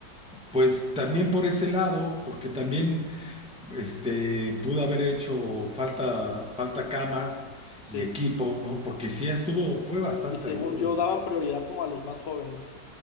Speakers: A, in the centre; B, on the left (about 75°).
A: pues también por ese lado, porque también este, pudo haber hecho falta, falta camas
B: Sí.
A: y equipo, ¿no? Porque sí estuvo, fue bastante
B: Y según
A: rudo.
B: yo, daban prioridad como a los más jóvenes,